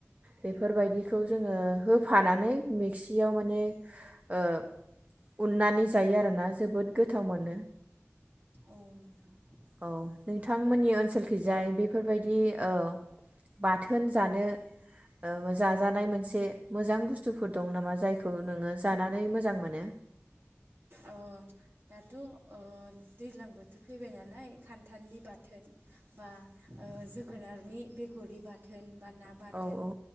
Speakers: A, on the right; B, on the right.
A: बेफोरबायदिखौ जोङो होफानानै मिक्सियाव माने ओ उन्नानै जायो आरो ना जोबोद गोथाव मोनो।
B: औ नोंथां।
A: औ नोंथांमोननि ओनसोलखिजाय बेफोरबायदि ओ बाथोन जानो ओ जाजानाय मोनसे मोजां बुस्थुफोर दं नामा जायखौ नोङो जानानै मोजां मोनो।
B: अ दाथ' ओ दैज्लां बोथोर फैबाय नालाय खान्थालनि बाथोन। बा ओ जोगोनारनि बेगरि बाथोन। बा ना बाथोन
A: औ औ